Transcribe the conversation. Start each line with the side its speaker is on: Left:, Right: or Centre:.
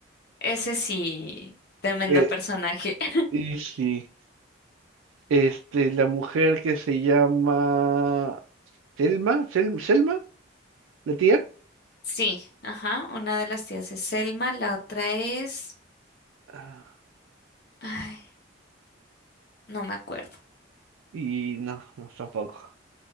Left: Ese sí, tremendo
Right: eh,
Left: personaje. <laughs>
Right: y sí, este, la mujer que se llama Selma, Sel- Selma, la tía,
Left: Sí, ajá. Una de las tías es Selma, la otra es...
Right: Ah,
Left: Ay, no me acuerdo.
Right: y no, no, tampoco.